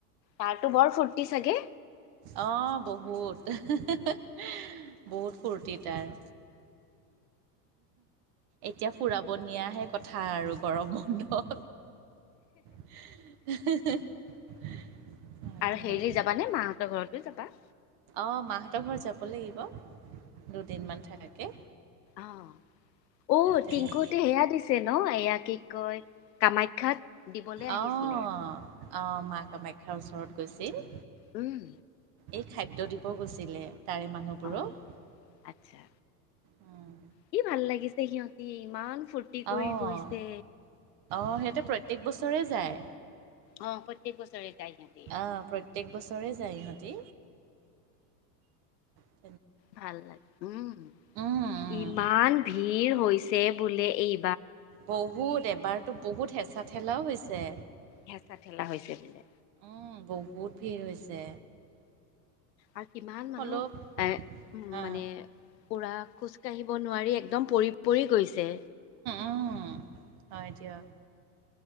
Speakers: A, on the left; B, on the right.
A: তাৰতো বৰ ফুৰ্তি চাগে
B: অ বহুত-বহুত ফূুৰ্তিত তাৰ এতিয়া ফুৰাব নিয়াহে কথা আৰু গৰম বন্ধত। <unintelligible>
A: আৰু
B: দিয়ক।
A: হেৰিলৈ যাবা নে মাহঁতৰ ঘৰতো যাবা?
B: অ মাহঁতৰ ঘৰ যাব লাগিব দুদিনমান থাকাকে।
A: অ' অ',
B: তেনেকে
A: টিংকুহতে সেয়া দিছে ন এয়া কি কয় কামাখ্যাত দিবলৈ আহিছিলে
B: অঁহ-অঁহ মা কামাখ্যাৰ ওচৰত গৈছিল।
A: উম।
B: এই খাদ্য দিব গৈছিলে তাৰে মানুহবোৰক।
A: অ আচ্ছা
B: উম।
A: কি ভাল লাগিছে সিহঁতি ইমান ফূৰ্তি কৰি
B: অঁহ-অঁহ
A: গৈছে
B: সেইটো প্ৰত্যেক বছৰে যায়।
A: অ প্ৰত্যেক বছৰে যায় সিহঁতি
B: আহ প্ৰত্যেক বছৰে যায় ইহঁত। টি <unintelligible>
A: ভাল লাগে উম,
B: উম উম
A: ইমান ভিৰ হৈছে বোলে এই
B: বহুত এবাৰতো বহুত হেঁচা-ঠেলাও হৈছে।
A: হেঁচা-ঠেলা হৈছে বোলে।
B: উম বহুত ভিৰ হৈছে।
A: আৰু কিমান মানুহ
B: অলপ
A: এ উম
B: আহ
A: মানে উৰা খোজকাঢ়িব নোৱাৰি একদম পৰি-পৰি গৈছে
B: অ হয় দিয়ক